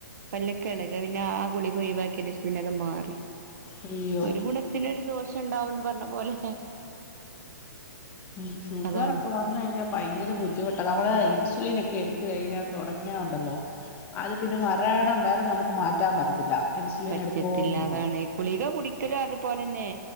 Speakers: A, on the right; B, on the left.
A: പല്ലക്കെ ഇളക പിന്നെ ആ ഗുളിക ഒഴിവാക്കിയെന്റെ ശേഷ പിന്നെ അത് മാറി
B: അയ്യോ
A: ഒരു ഗുണത്തിന ഒരു ദോ ഷണ്ടാവുന്ന് പറഞ്ഞ പോലെ
B: ഉം ഷുഗറോക്കെ
A: അതാണ്
B: വന്ന കഴിഞ്ഞാ ഭയങ്കര ബുദ്ധിമുട്ടാ നമ്മളെ ഇൻസുലിൻ എ ക്കെടുത്ത് കഴിഞ്ഞാൽ തോടങ്ങിയണ്ടല്ലോ അത് പിന്നെ മറണം വരെ നമുക്ക് മാറ്റാൻ പറ്റത്തില്ല ഇൻസുലിൻ
A: പറ്റത്തില്ലാതാണ്
B: എടുത്തോണ്ടിരിക്കണം
A: കുളിക കുടിക്കലോ അതുപോലെന്നെ